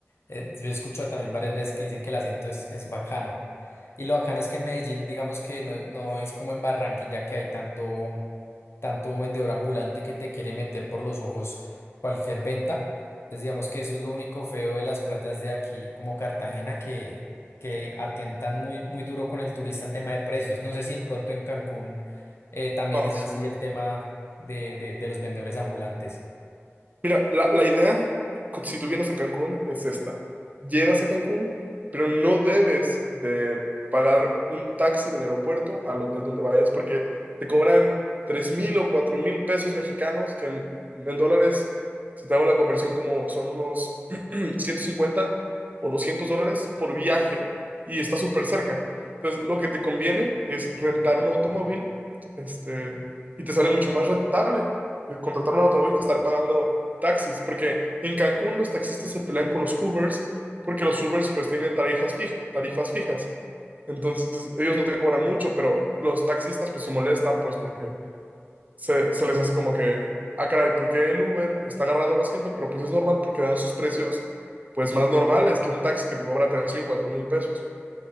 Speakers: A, on the left; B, on the right.
A: eh, yo he escuchado también varias veces que dicen que el acento es, es bacano. Y lo bacano es que en Medellín, digamos que no, no es como en Barranquilla que hay tanto. tanto vendedor ambulante que te quiere meter por los ojos cualquier venta. Entonces digamos que eso es lo único feo de las playas de aquí como Cartagena que, que atientan muy, muy duro con el turista en tema de precios. No sé si de pronto en Cancún eh, también
B: Ah,
A: es
B: sí.
A: así el tema de, de, de los vendedores ambulantes.
B: Mira, la, la idea, si tú vienes a Cancún, es esta. Llegas a Cancún, pero no debes de pagar un taxi del aeropuerto al hotel donde vayas porque te cobran tres mil o cuatro mil pesos mexicanos, que en, en dólares, si te hago la conversión, como son unos <clears throat> 150 o 200 dólares por viaje y está súper cerca. Entonces, lo que te conviene es rentar un automóvil, este, y te sale mucho más rentable eh, contratar un automóvil que estar pagando taxis, porque en Cancún los taxistas se pelean con los Ubers, porque los Ubers pues tienen tarifas fija- tarifas fijas. Entonces ellos no te cobran mucho, pero los taxistas pues se molestan pues porque se, se les hace como que, ah, caray, ¿por qué el Uber está agarrando más gente? Pero pues es normal porque dan sus precios pues más normales que un taxi que te cobra tres mil, cuatro mil pesos.